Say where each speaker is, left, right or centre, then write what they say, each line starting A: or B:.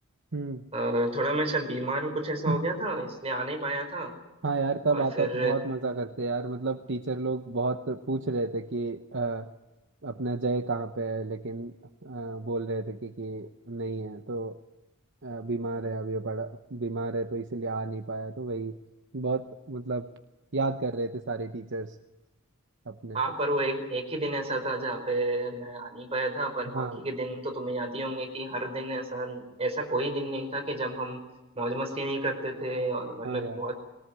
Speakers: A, on the right; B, on the right.
A: हम्म
B: अ, थोड़ा मैं शायद बीमार कुछ ऐसा
A: <laughs>
B: हो गया था इसलिए आ नहीं पाया था
A: हाँ यार तब
B: और
A: आता
B: फिर
A: तो बहुत मजा करते यार मतलब टीचर लोग बहुत पूछ रहे थे कि अ, अपना जय कहाँ पे है लेकिन अ, बोल रहे थे कि, कि नहीं है तो अ, बीमार है अभी पड़ा बीमार है तो इसीलिए आ नहीं पाया तो वही बहुत मतलब याद कर रहे थे सारे टीचर्स अपने
B: हाँ पर वो एक एक ही दिन ऐसा था जहाँ पे मैं आ नहीं पाया था पर बाकी
A: हाँ
B: के दिन तो तुम्हें याद ही होंगे कि हर दिन ऐसा ऐसा कोई दिन नहीं था कि जब हम मौज मस्ती नहीं करते थे और मतलब
A: हाँ यार
B: बहुत